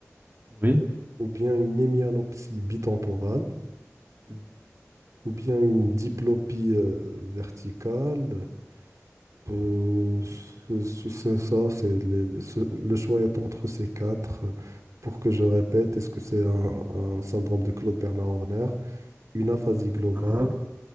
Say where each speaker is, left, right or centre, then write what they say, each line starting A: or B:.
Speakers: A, on the right; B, on the right.
A: Oui.
B: ou bien une hémianopsie bitemporale
A: Mhm.
B: ou bien une diplopie euh, verticale? Euh, ce- ce- c'est ça, c'est les- ce- le choix est entre ces quatre. Euh, Pour que je répète, est-ce que c'est un, un syndrome de Claude Bernard Horner, une aphasie globale,
A: Mhm.